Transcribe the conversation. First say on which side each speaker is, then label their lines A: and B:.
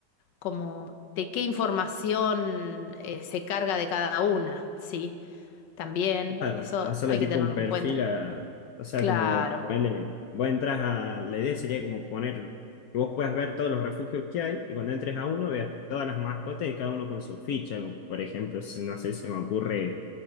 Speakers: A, on the left; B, on the left.
A: como de qué información eh, se carga de cada una, ¿sí? También,
B: Claro,
A: eso
B: hacerle
A: hay
B: tipo
A: que tenerlo
B: un perfil
A: en cuenta.
B: a, o sea,
A: Claro,
B: como ponerle, vos entras a, la idea sería como poner, que vos puedas ver todos los refugios que hay y cuando entres a uno veas todas las mascotas y cada uno con su ficha, como, por ejemplo, si- no sé, se me ocurre